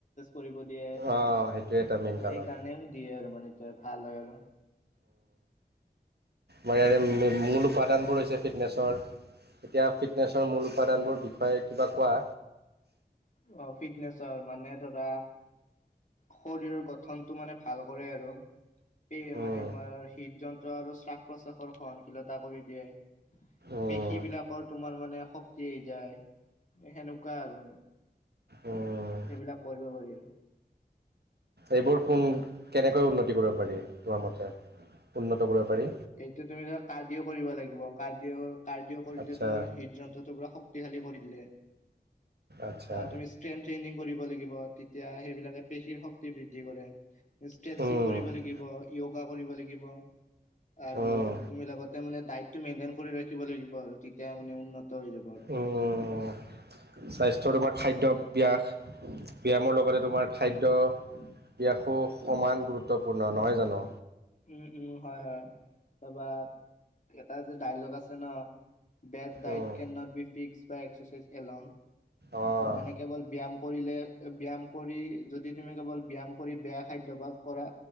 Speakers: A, on the left; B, on the right.
A: কৰিব দিয়ে
B: অঁ সেইটোৱে এটা মেইন
A: সেইকাৰণে
B: কাৰণ
A: দিয়ে আৰু মানে তায় ভাল আৰু <inaudible>
B: মায়াৰে মে মূল উপাদানবোৰ হৈছে ফিটনেছৰ এতিয়া ফিটনেছৰ মূল উপাদানবোৰ বিষয়ে কিবা কোৱা।
A: অ, ফিটনেচৰ মানে ধৰা শৰীৰৰ গঠনটো মানে ভাল কৰে আৰু এইয়ে মানে
B: উম
A: তোমৰ হৃদযন্ত্ৰ আৰু শ্বাস প্ৰশ্বাসৰ সহনশীলতা কৰি দিয়ে।
B: উম
A: পেশী বিলাকৰ তোমাৰ মানে শক্তি আহি যায় সেনেকুৱা আৰু
B: উম
A: সেইবিলাক কৰিব পাৰি আৰ
B: এইবোৰ কোন কেনেকৈ উন্নতি কৰিব পাৰি তোমাৰ মতে উন্নত কৰিব। পাৰি
A: এইটো তুমি ধৰা কাৰডিও কৰিব লাগিব। ডিও কাৰডিও কৰিলে
B: আচ্ছা
A: তোমাৰ হৃদ্ধযন্ত্ৰটো পুৰা শক্তিশালী কৰি তোলে।
B: আচ্ছা
A: বা তুমি ষ্ট্ৰেন ট্ৰেইনিং কৰিব লাগিব। বা তেতিয়া সেইবিলাকে পেশীৰ শক্তি বৃদ্ধি কৰে। ষ্ট্ৰেটচিং
B: উম
A: কৰিব লাগিব য়োগা কৰিব লাগিব আৰু
B: উম
A: তুমি লগতে ডাইটটো মেইনটেইন কৰি ৰাখিব লাগিব আৰু তেতিয়া মানে উন্নত হৈ যাব আৰু
B: উম, স্বাস্থ্যৰ বা খাদ্য পিয়াজ ব্যায়ামৰ লগতে তোমাৰ খাদ্য ব্যাস সমান গুৰুত্বপূৰ্ণ নহয় জানো।
A: উম, উম, হয়, হয়, তাৰপা এটা যে ডাইলগ আছে no bad diet
B: um
A: can not be fixed by exercise along.
B: অঁ
A: মানে কেৱল ব্যায়াম কৰিলে ব্যায়াম কৰি যদি তুমি কেৱল ব্যায়াম কৰি বেয়া খাদ্যভাস কৰা